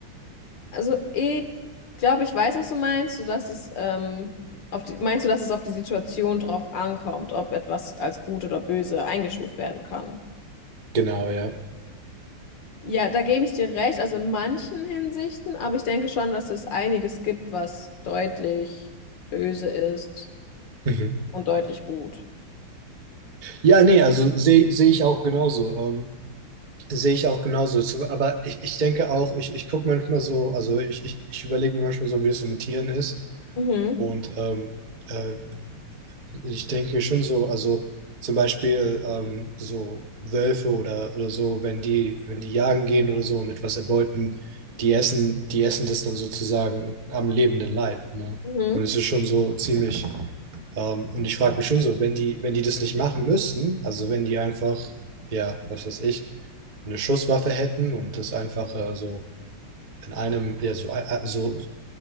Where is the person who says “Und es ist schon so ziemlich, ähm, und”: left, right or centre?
Right